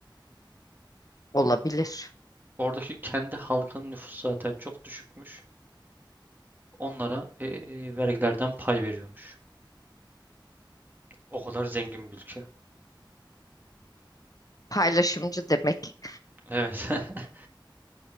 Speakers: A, on the left; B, on the right.
A: olabilir.
B: Oradaki kendi halkının nüfusu zaten çok düşükmüş. Onlara ee, vergilerden pay veriyormuş. O kadar zengin bir ülke.
A: Paylaşımcı demek.
B: Evet. <laughs>